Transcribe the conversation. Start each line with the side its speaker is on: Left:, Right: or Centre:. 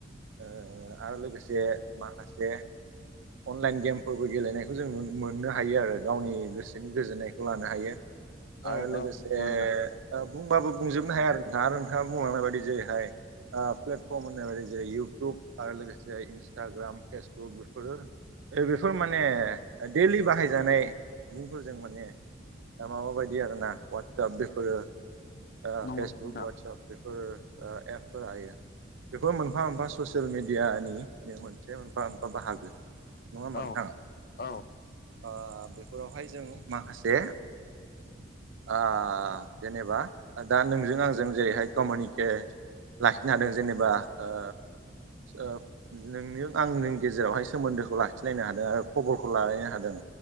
Right: ओ आरो लोगोसे माखासे अनलाइन गेमफोरबो गेलेनायखौ जों नुनो मोननो हायो आरो गावनि गोसोनि गोजोननायखौ लानो हायो
Left: औ
Right: आरो लोगोसे
Left: औ नंगौ नोंथां
Right: ओ बुंबाबो बुंजोबनो हाया आरो नोंथाङा आरो नोंथाङा बुंलांनाय बायदि जेरैहाय ओ प्लेटफर्म होननाय बायदि जेरै इउटुब आरो लोगोसे इन्सटाग्राम फेसबुक बेफोरो बेफोर माने दैलि बाहायजानाय सुबुंफोरजों माने दा माबाबायदि आरोना वाट्सप बेफोरो ओ
Left: नंगौ
Right: फेसबुक
Left: नोंथां
Right: वाट्सप बेफोर ओ एपफोर हायो बेफोर मोनफा मोनफा ससियेल मिडियानि <unintelligible> मोनसे मोनफा मोनफा बाहागो नङा होनबा
Left: औ
Right: नोंथां?
Left: औ
Right: ओ बेफोरावहाय जों माखासे आ जेनेबा दा नोंजों आंजों जेरैहाय कमिउनिके लाखिनो हादों जेनेबा ओ ओ नोंनों आंनों गेजेरावहाय सोमोन्दोखौ लाखिलायनो हादों आरो खबरखौ लालायनो हादों।